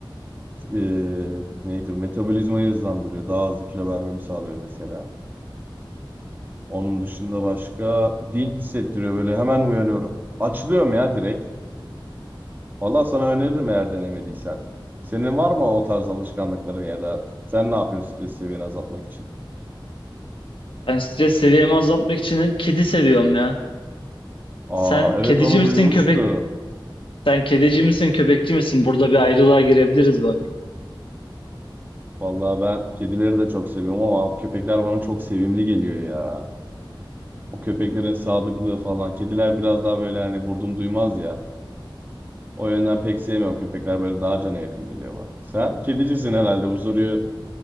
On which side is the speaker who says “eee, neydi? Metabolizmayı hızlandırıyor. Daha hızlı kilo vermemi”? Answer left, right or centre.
Right